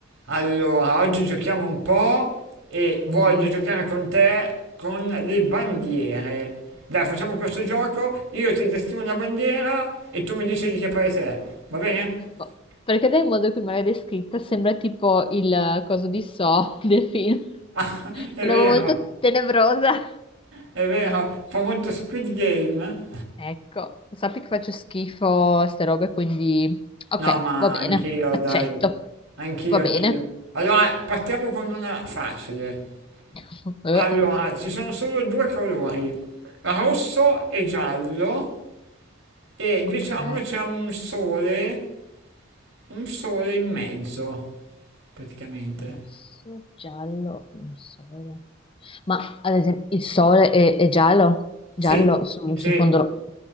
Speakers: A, on the right; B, on the left.
A: Allora, oggi giochiamo un po' e voglio
B: Mm.
A: giocare con te con le bandiere. Dai, facciamo questo gioco, io ti descrivo una bandiera e tu mi dici di che paese è, va bene?
B: Boh.
A: <laughs>
B: Perché dal modo in cui me l'hai descritta sembra tipo il eh, coso di So del film.
A: Ah,
B: <laughs>
A: è
B: Una
A: vero,
B: roba molto tenebrosa.
A: è vero, fa molto Squid Game.
B: Ecco, sappi che faccio schifo a ste robe, quindi ok,
A: No, ma
B: va bene,
A: anch'io,
B: accetto.
A: dai, anch'io,
B: Va bene.
A: anch'io. Allora, partiamo con una facile.
B: <laughs> Eh,
A: Allora, ci sono solo due colori, rosso e giallo, e
B: Ok.
A: diciamo c'è un sole Un sole in mezzo, praticamente.
B: Rosso, giallo, un sole. Ma ad esempio il sole è, è giallo, giallo
A: Sì,
B: su,
A: sì,
B: su fondo rosso,